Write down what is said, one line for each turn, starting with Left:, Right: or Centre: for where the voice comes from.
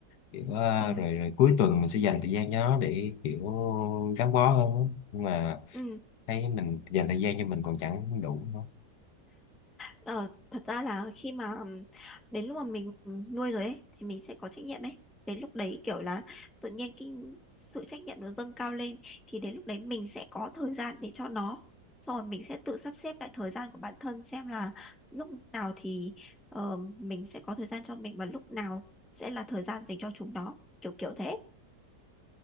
Left: kiểu à,
Centre: ờ
Left: rồi, rồi cuối tuần mình sẽ dành thời gian cho nó để kiểu gắn bó hơn á. nhưng mà
Centre: ừ
Left: thấy mình dành thời gian cho mình còn chẳng đủ đâu
Centre: Ờ, thật ra là khi mà ừm, đến lúc mà mình nuôi rồi ấy thì mình sẽ có trách nhiệm ấy. Đến lúc đấy kiểu là tự nhiên cái sự trách nhiệm nó dâng cao lên thì đến lúc đấy mình sẽ có thời gian để cho nó. Xong rồi mình sẽ tự sắp xếp lại thời gian của bản thân xem là lúc nào thì ờ, mình sẽ có thời gian cho mình và lúc nào sẽ là thời gian dành cho chúng nó. Kiểu kiểu thế.